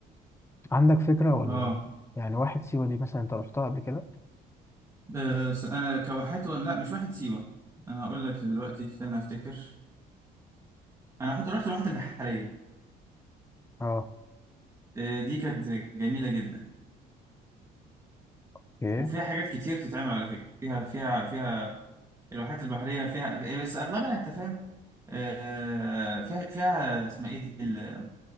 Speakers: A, on the left (about 15°); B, on the right (about 20°).
A: عندك فكرة ولا
B: اه
A: يعني واحد سيوة دي مثلا انت رحتها قبل كده
B: بس انا كواحات وم- لا مش واحد سيوه انا هقول لك دلوقتي استنى افتكر انا حد رحت الواحات البحريه
A: اه
B: آه، دي كانت جميله جدا
A: اوكي
B: وفيها حاجات كتير تتعمل على فكره فيها فيها فيها الواحات البحريه فيها بس اغلبها انت فاهم آه، فيها فيها اسمها ايه دي ال-